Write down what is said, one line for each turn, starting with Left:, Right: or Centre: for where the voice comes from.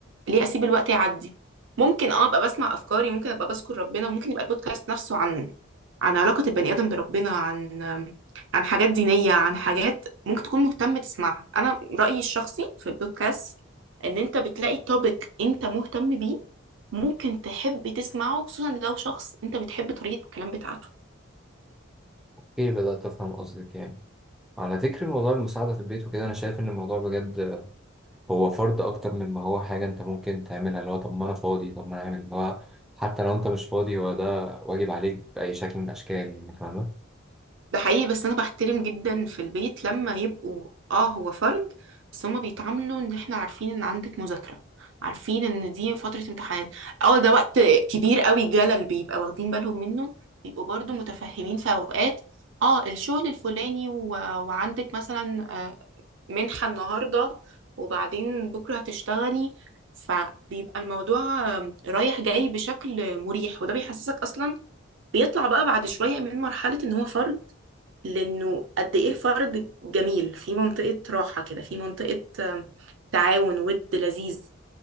Right: ليه اسيب الوقت يعدي ممكن اه ابقى بسمع افكاري ممكن ابقى بذكر ربنا ممكن يبقى البودكاست نفسه عن عن علاقة البني آدم بربنا عن عن حاجات دينية عن حاجات ممكن تكون مهتم تسمعها أنا رأيي الشخصي في البودكاست إن أنت بتلاقي توبيك أنت مهتم بيه ممكن تحب تسمعه خصوصا لو شخص أنت بتحب طريقة الكلام بتاعته
Centre: ايه بدأت افهم قصدك يعني على ذكر موضوع المساعدة في البيت وكده انا شايف ان الموضوع بجد هو فرض اكتر مما هو حاجة انت ممكن تعملها اللي هو طب ما انا فاضي طب ما انا اعمل اللي هو حتى لو انت مش فاضي هو ده واجب عليك بأي شكل من الاشكال يعني فاهمة
Right: ده حقيقي بس انا بحترم جدا في البيت لما يبقوا اه هو فرد بس هما بيتعاملوا ان احنا عارفين ان عندك مذاكرة عارفين ان دي فترة امتحانات اه ده وقت كبير قوي جلل بيبقى واخدين بالهم منه بيبقوا برضو متفهمين في اوقات اه الشغل الفلاني و... وعندك مثلا آه، منحة النهاردة وبعدين بكرة هتشتغلي فبيبقى الموضوع آه، رايح جاي بشكل مريح وده بيحسسك اصلا بيطلع بقى بعد شوية من مرحلة ان هو فرد لانه قد ايه الفرد جميل في منطقة راحة كده في منطقة آه، تعاون ود لذيذ